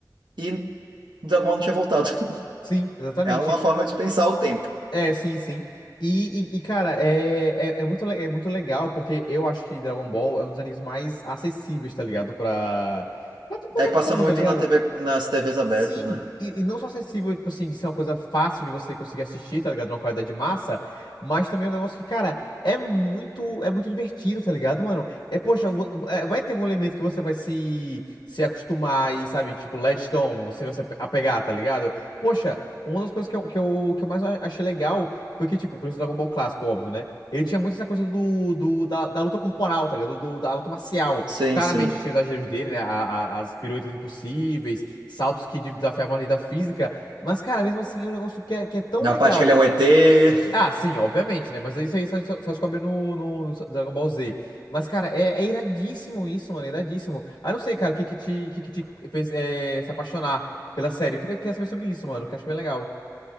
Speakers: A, on the right; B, on the left.
A: e de alguma não tinha voltado. <laughs>
B: Sim, exatamente.
A: É uma forma de pensar o tempo.
B: É, sim, sim. E, e, e, cara, é, é, é muito, le- é muito legal, porque eu acho que Dragon Ball é um dos animes mais acessíveis, tá ligado? Pra, pra, pra
A: É
B: todo
A: que passa
B: mundo,
A: muito
B: tá ligado?
A: na TV, nas TVs abertas,
B: Sim,
A: né?
B: e, e não só acessível, tipo assim, de ser uma coisa fácil de você conseguir assistir, tá ligado? Uma qualidade massa, mas também é um negócio que, cara, é muito, é muito divertido, tá ligado, mano? É, poxa, vo- é, vai ter algum elemento que você vai se, se acostumar e, sabe, tipo, latch on, você vai se ape- apegar, tá ligado? Poxa, uma das coisas que eu, que eu, que eu mais a- achei legal foi que, tipo, por exemplo, Dragon Ball Clássico, óbvio, né? Ele tinha muito essa coisa do, do, da, da luta corporal, tá ligado? Do, da luta marcial.
A: Sim,
B: Claramente
A: sim.
B: tinha os exageros dele, né? A- a- as piruetas impossíveis saltos que desafiavam a lei da física. Mas, cara, mesmo assim, é um negócio que é, que é tão
A: Na
B: legal.
A: parte que ele é um ET.
B: Ah, sim, obviamente, né? Mas isso aí só, só, só descobre no, no, no Dragon Ball Z. Mas, cara, é, é iradíssimo isso, mano. É iradíssimo. Ah, não sei, cara, o que que te, o que que te fez eh, se apaixonar pela série? Eu queria, queria saber sobre isso, mano, que eu acho bem legal.